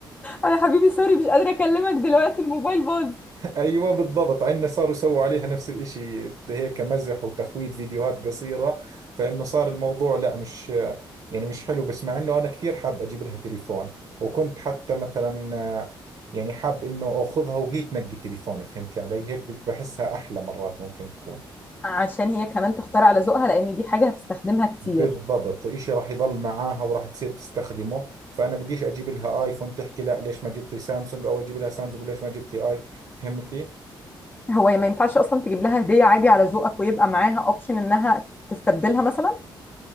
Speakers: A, on the left; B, on the right.
A: يا حبيبي سوري مش قادرة أكلمك دلوقتي الموبايل باظ
B: ايوه بالضبط عندنا صاروا يسووا عليها نفس الاشي هيك مزح وتخويف فيديوهات قصيره فانه صار الموضوع لا مش يعني مش حلو بس مع انه انا كثير حاب اجيب لها تليفون وكنت حتى مثلا آه، يعني حاب انه اخذها وهي تنقي تليفون فهمتي علي هيك بت- بحسها احلى مرات ممكن تكون
A: عشان هي كمان تختار على ذوقها لان دي حاجه هتستخدمها كتير
B: بالضبط اشي راح يضل معاها وراح تصير تستخدمه فانا بديش اجيب لها ايفون تحكي لا ليش ما جبت لي سامسونج او اجيب لها سامسونج ليش ما جبت لي اي فهمتي
A: هو ما ينفعش اصلا تجيب لها هديه عادي على ذوقك ويبقى معاها اوبشن انها تستبدلها مثلا